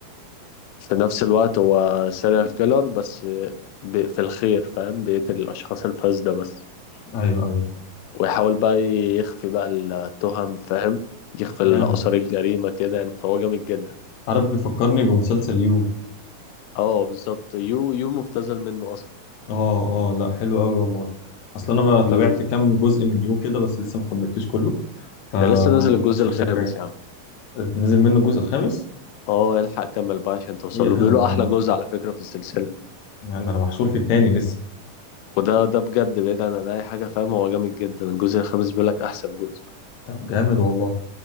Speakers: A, on the left (about 90°); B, on the left (about 65°).
A: في نفس الوقت هو سيريال كيلر بس آه، ب- في الخير فاهم بيقتل الاشخاص الفاسدة بس
B: ايوه ايوه
A: ويحاول بقى يخفي بقى التهم فاهم يخفي
B: جامد
A: اثار الجريمة كده يعني فهو جامد جدا
B: عارف بيفكرني بمسلسل يو
A: اه بالظبط يو يو مبتذل منه اصلا
B: اه اه لا حلو قوي والله اصل انا ما تابعت
A: يو
B: كام جزء من يو كده بس لسه ما كملتوش كله فهو
A: ده لسه نازل الجزء
B: نفس
A: الخامس
B: الفكره يعني
A: يا عم
B: نزل منه الجزء الخامس
A: اه الحق كمل بقى عشان توصل
B: <laughs> يا
A: له بيقولوا
B: ده
A: احلى
B: انا
A: جزء على فكرة في السلسلة
B: يعني ده انا محشور في التاني لسه
A: وده ده بجد بعيد عن عن اي حاجه فاهم هو جامد جدا الجزء الخامس بيقول لك احسن جزء
B: طب جامد والله